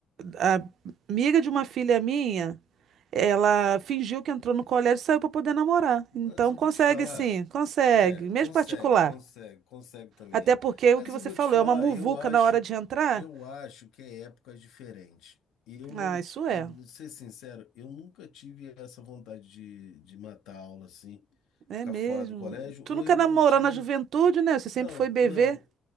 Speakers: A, on the right; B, on the left.
A: a amiga de uma filha minha, ela fingiu que entrou no colégio e saiu para poder namorar.
B: Mas
A: Então
B: eu
A: consegue
B: vou te falar,
A: sim, consegue,
B: né?
A: mesmo
B: Consegue,
A: particular.
B: consegue, consegue também
A: Até
B: é.
A: porque
B: Mas
A: o que você
B: eu vou
A: falou
B: te falar,
A: é uma muvuca
B: eu acho,
A: na hora de entrar.
B: eu acho que é época diferente. E eu não,
A: Ah, isso
B: ti-
A: é.
B: hum, ser sincero, eu nunca tive essa vontade de, de matar a aula assim,
A: É
B: ficar
A: mesmo.
B: fora do colégio,
A: Tu
B: ou
A: nunca
B: eu
A: namorou
B: não tive.
A: na juventude, né? Você sempre
B: Não,
A: foi bebê.
B: não,